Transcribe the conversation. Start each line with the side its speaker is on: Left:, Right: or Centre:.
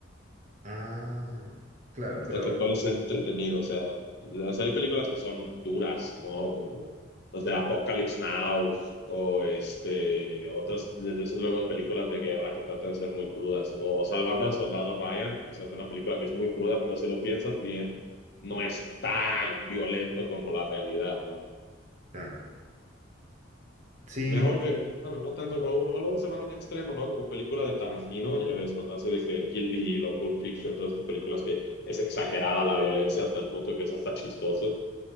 Right: Ah, claro,
Left: hasta
Right: pero...
Left: que puedes ser entretenido. O sea, o sea, hay películas que son duras, ¿no? Como los de Apocalypse Now, o este, otras, desde esas luego películas de guerra que tratan de ser muy crudas. O Salvando al Soldado Ryan, a pesar de una película que es muy cruda, pero si lo piensas bien, no es tan violento como la realidad, ¿no?
Right: Claro. Sí,
Left: Mejor que, bueno, no tanto como, o luego se van a un extremo, ¿no? Como película de Tarantino, ya ves, cuando hace de que Kill Bill o Pulp Fiction, todas estas películas que es exagerada la violencia hasta el punto que es hasta chistoso.